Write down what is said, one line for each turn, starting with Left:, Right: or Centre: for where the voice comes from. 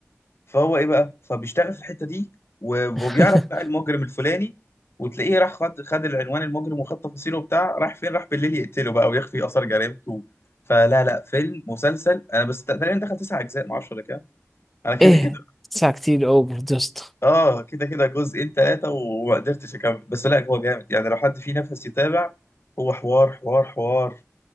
Left: فهو ايه بقى فبيشتغل في الحته دي و- وبيعرف
Centre: <laughs>
Left: بقى المجرم الفلاني وتلاقيه راح خد خد العنوان المجرم وخد تفاصيله وبتاع راح فين راح بالليل يقتله بقى ويخفي اثار جريمته فلا لا فيلم مسلسل انا بس تقريبا دخل تسع اجزاء ما اعرفش ولا كام انا كده
Centre: ايه
Left: كده
Centre: ساعة كتير اوفر دوست
Left: اه كده كده جزئين ثلاثه وما قدرتش اكمل بس لا هو جامد يعني لو حد فيه نفس يتابع هو حوار حوار حوار